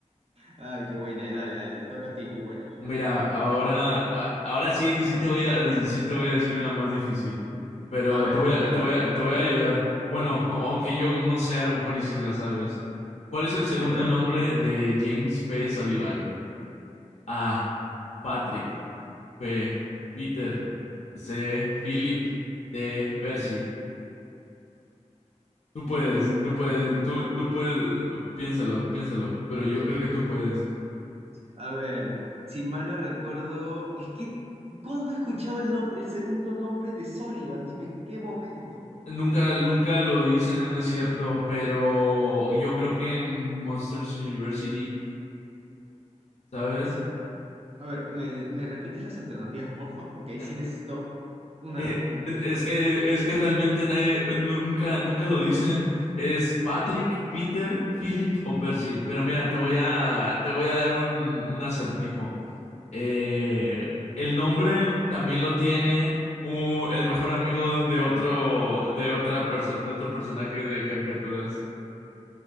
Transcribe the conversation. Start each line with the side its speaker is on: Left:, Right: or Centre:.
Right: Ay, qué buena. Y dale, dale, te toca a ti. Muy buena, muy buena.
Left: Mira, ahora, a- ahora sí, sí te voy a, sí te voy a decir una más difícil, pero
Right: A ver,
Left: te voy a,
Right: dale.
Left: te voy a, te voy a ayudar. Bueno, au- aunque yo no sé, a lo mejor y sí se la sabes. ¿Cuál es el segundo
Right: A ver.
Left: nombre de James P. Sullivan? A. Patrick. B. Peter. C. Philip. D. Percy. Tú puedes,
Right: Mm,
Left: tú puedes, tú, tú puedes, piénsalo, piénsalo, pero yo creo que tú puedes.
Right: a ver, si mal no recuerdo, es que, ¿cuándo he escuchado el nombre, el segundo nombre de Sullivan? Dime, ¿en qué momento?
Left: Nunca, nunca lo dicen, es cierto, pero yo creo que en Monsters University, ¿sabes?
Right: Me vas a agarrar. A ver, ¿me, me repites las alternativas, porfa? Porque ahí
Left: Eh,
Right: sí necesito una,
Left: eh,
Right: una...
Left: es que, es que realmente nadie, nu- nunca, nunca lo dicen. Es Patrick, Peter, Philip o Percy. Pero mira, te voy a, te voy a dar un, un acertijo. Eh, el nombre también lo tiene u- el mejor amigo de otro, de otra perso- de otro personaje de caricaturas.